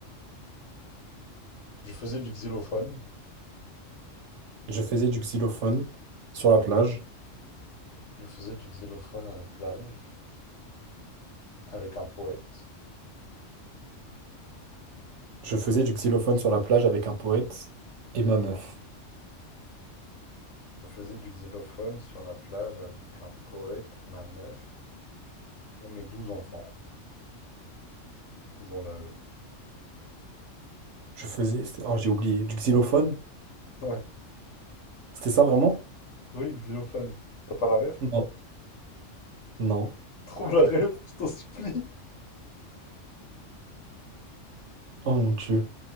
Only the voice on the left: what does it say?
Je faisais du xylophone.
Je faisais du xylophone à la plage avec un poète.
Je faisais du xylophone sur la plage avec un poète et ma meuf et mes douze enfants. Toujours là, eux.
Ouais.
Oui, Xylophone. T'as pas la ref?
Trouve la ref, je t'en supplie. <laughs>